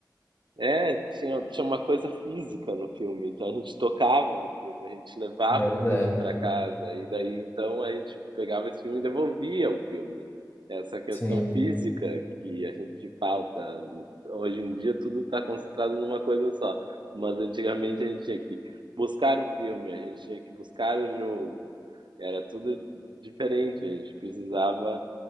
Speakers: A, on the right (about 85°); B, on the left (about 30°).
A: É, tinha, tinha uma coisa física no filme, então a gente tocava no filme, a gente levava
B: É verdade.
A: o filme para casa, e daí então a gente pegava esse filme e devolvia o filme. Essa questão
B: Sim,
A: física que a gente que falta. Hoje em dia tudo está concentrado numa coisa só, mas antigamente a gente tinha que buscar o filme, a gente tinha que buscar o jogo, era tudo diferente, a gente precisava